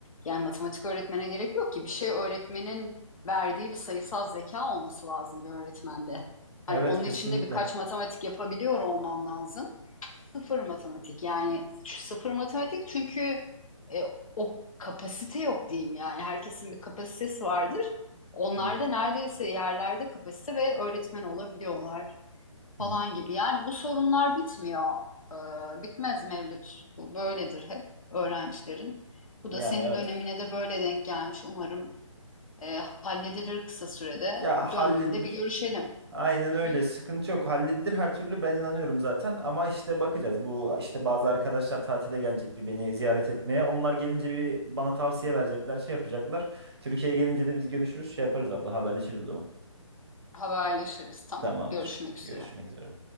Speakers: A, on the left; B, on the right.
A: Yani matematik öğretmene gerek yok ki bir şey öğretmenin verdiği bir sayısal zeka olması lazım bir öğretmende. Hani
B: Evet
A: onun
B: kesinlikle.
A: içinde birkaç
B: Hı
A: matematik yapabiliyor olman lazım. Sıfır matematik yani sıfır matematik çünkü e, kapasite yok diyeyim yani. Herkesin bir kapasitesi vardır. Onlar
B: hı.
A: da neredeyse yerlerde kapasite ve öğretmen olabiliyorlar falan
B: Hı hı.
A: gibi. Yani bu sorunlar bitmiyor. Ee, bitmez Mevlüt. Bu böyledir hep öğrencilerin. Bu
B: Yani
A: da senin
B: evet.
A: dönemine de böyle denk gelmiş. Umarım e, halledilir kısa sürede.
B: Ya halledilir.
A: Döndüğünde bir görüşelim.
B: Aynen
A: Hı
B: öyle.
A: hı.
B: Sıkıntı yok. Halledilir her türlü ben inanıyorum zaten. Ama işte bakacağız. Bu işte bazı arkadaşlar tatile gelecek bir beni ziyaret etmeye. Onlar gelince bir bana tavsiye verecekler, şey yapacaklar. Türkiye'ye gelince de biz görüşürüz, şey yaparız abla, haberleşiriz o zaman.
A: Haberleşiriz. Tamam.
B: Tamamdır.
A: Görüşmek
B: Görüşmek
A: üzere.
B: üzere.